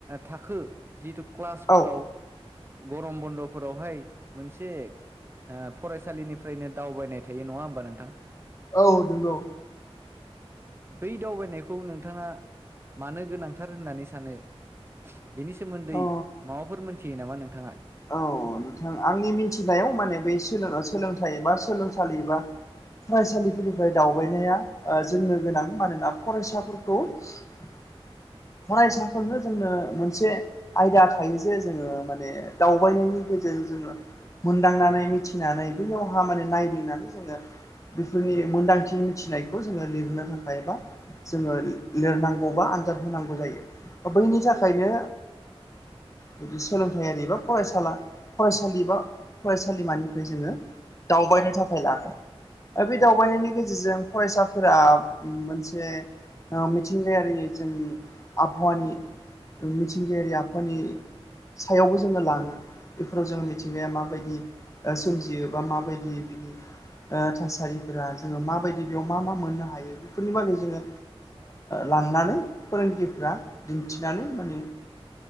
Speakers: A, on the right (about 25°); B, on the left (about 30°).
A: थाखो जिहेतु क्लासफोराव
B: होनो नोंथां औ
A: गरम बन्द'फोरावहाय मोनसे ओ फरायसालिनिफ्रायनो दावबायनाय थायो नङा होमबा नोंथां
B: औ नंगौ
A: बै दावबायनायखौ नोंथाङा मानो गोनांथार होननानै सानो बेनि सोमोन्दै
B: अ
A: माबाफोर मोनथियो नामा नोंथाङा
B: औ नोंथां आंनि मिथिनायाव माने बै सोलोंथाइ बा सोलोंसालि बा फरायसालिफोरनिफ्राय दावबायनाया जोंनो गोनां मानोना फरायसाफोरखौ <inaudible> <unintelligible> फरायसाफोरनो जोंनो मोनसे आयदा थायो जे जोङो माने दावबायनायनि गेजेरजों जोङो मोनदांनानै मिथिनानै बैयावहा माने नायदिंनानै जोङो बेफोरनि मोनदांथि मिथिनायखौ जोङो लिरनो थाखाय बा जोङो लिरनांगौबा आनजाद होनांगौ जायो बैनि थाखायनो बिदि सोलोंथायारि बा फरायसाला फरायसालि बा फरायसालिमानिफ्राय जोङो दावबायनो थाखाय लाङो बे दावबायनायनि गेजेरजों फरायसाफोरा मोनसे मिथिंगायारि जों आबहावानि मिथिंगायारि आफनि सायावबो जोङो लाङ बेफोराव जो मिथिंगाया माबायदि सोमजियो बा माबायदि बिनि ओ थासारिफोरा जोङो माबायदि बेयाव मा मा मोननो हायो बेफोरनि बागै जोङो लांनानै फोरोंगिरिफ्रा दिन्थिनानै माने